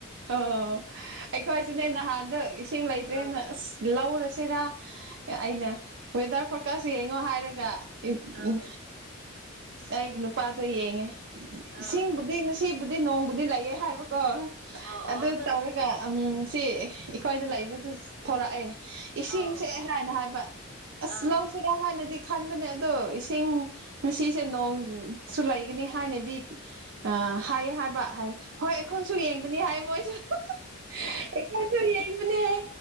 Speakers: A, on the right; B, on the right.
A: ꯑꯣ ꯑꯩꯈꯣꯏꯁꯨꯅꯦ ꯅꯍꯥꯟꯗꯣ ꯏꯁꯤꯡ ꯂꯩꯇ꯭ꯔꯦꯅ
B: ꯑꯥ
A: ꯑꯁ ꯂꯧꯔꯁꯤꯔꯥ ꯑꯩꯅ ꯋꯦꯗꯔ ꯐꯣꯀꯁ ꯌꯦꯡꯉꯣ ꯍꯥꯏꯔꯒ ꯎꯝ
B: ꯑꯥ
A: ꯎꯝ ꯑꯩꯒꯤ ꯅꯨꯄꯥꯗ ꯌꯦꯡꯉꯦ
B: ꯑꯥ
A: ꯏꯁꯤꯡ ꯗꯤ ꯉꯁꯤꯕꯨꯗꯤ ꯅꯣꯡꯕꯨꯗꯤ ꯂꯩꯌꯦ ꯍꯥꯏꯕꯀꯣ
B: ꯑꯥ
A: ꯑꯗꯨ ꯇꯧꯔꯒ ꯑꯝ ꯁꯤ ꯑꯩꯈꯣꯏꯗ ꯂꯩꯕꯗꯨꯁꯨ ꯊꯣꯔꯛꯑꯦ ꯏꯁꯤꯡꯁꯦ
B: ꯑꯥ
A: ꯍꯥꯏꯅ ꯍꯥꯏꯕ ꯑꯁ
B: ꯑꯥ
A: ꯂꯧ ꯁꯤꯔꯥ ꯍꯥꯟꯅꯗꯤ ꯈꯟꯕꯅꯦ ꯑꯗꯣ ꯏꯁꯤꯡ ꯉꯁꯤꯁꯦ ꯅꯣꯡꯁꯨ ꯂꯩꯒꯅꯤ ꯍꯥꯏꯅꯗꯤ ꯑꯥ ꯍꯥꯏꯌꯦ ꯍꯥꯏꯕ ꯍꯥꯏ ꯍꯣꯏ ꯑꯩꯈꯣꯏꯁꯨ ꯌꯦꯡꯕꯅꯤ ꯍꯥꯏ ꯃꯣꯏꯁꯨ ꯑꯩꯈꯣꯏꯁꯨ ꯌꯦꯡꯉꯨꯅꯦꯍꯦ